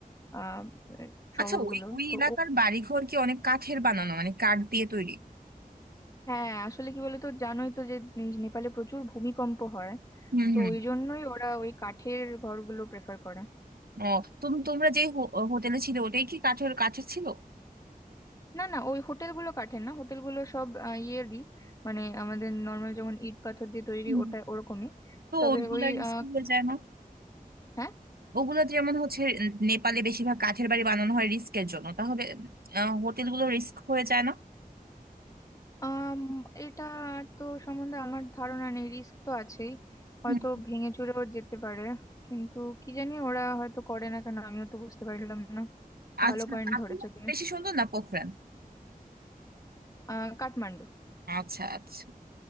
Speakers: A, on the left; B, on the right.
A: আহ শহরগুলো
B: আচ্ছা ওই ওই
A: তো
B: এলাকার বাড়িঘর কি অনেক কাঠের বানানো মানে কাঠ দিয়ে তৈরি
A: হ্যাঁ আসলে কি বলতো জানোই তো যে নে- নেপালে প্রচুর ভূমিকম্প হয়
B: হুম
A: তো
B: হুম
A: ওই জন্যই ওরা ওই কাঠের ঘরগুলো প্রেফার করে
B: ও তুমি তোমরা যে হো- হোটেলে ছিল ওটাই কি কাঠের কাঠের ছিল
A: না না ওই হোটেলগুলো কাঠের না হোটেলগুলো সব আহ, ইয়েরই মানে আমাদের নর্মাল যেমন ইট পাথর দিয়ে তৈরি
B: উম,
A: ওটা ওরকমই
B: তো
A: তবে
B: ওইগুলা
A: ওই
B: রিস্ক
A: আহ,
B: হয়ে যায় না
A: হ্যাঁ
B: ওগুলা যেমন হচ্ছে নেপালে বেশিরভাগ কাঠের বাড়ি বানানো হয় রিস্কের জন্য তাহলে হোটেলগুলো রিস্ক হয়ে যায়
A: আম, এটা তো সম্বন্ধে আমার ধারণা নেই রিস্ক তো আছেই হয়তো
B: না
A: ভেঙে চুরেও যেতে পারে কিন্তু কি জানি ওরা হয়তো করে না কেন আমিও তো বুঝতে পারলাম না
B: আচ্ছা
A: ভালো পয়েন্ট
B: কাঠুয়া
A: ধরেছো তুমি
B: বেশি সুন্দর না পোখরান
A: আহ কাঠমান্ডু
B: আচ্ছা আচ্ছা